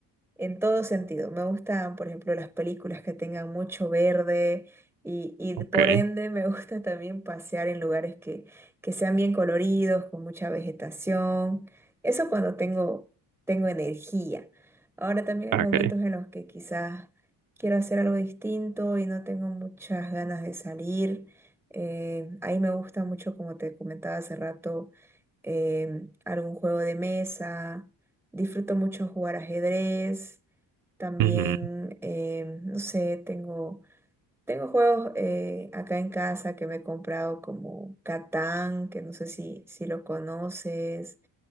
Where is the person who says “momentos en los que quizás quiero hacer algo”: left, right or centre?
Centre